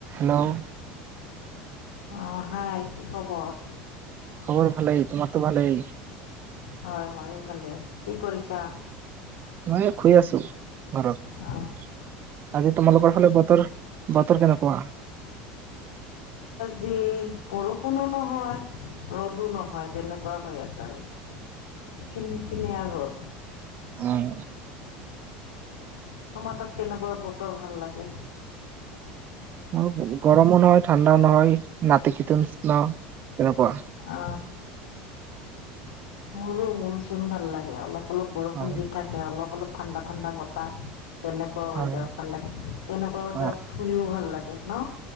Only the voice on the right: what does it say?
হেল্ল'
খবৰ ভালেই তোমাৰো ভালেই
মই শুই আছোঁ ঘৰত
আজি তোমাল কৈ ফালে বতৰ বতৰ কেনেকুৱা
উম
আৰু গৰমো নহয় ঠাণ্ডাও নহয় নাতিশীতোষ্ণ তেনেকুৱা
হয়
হয়
হয়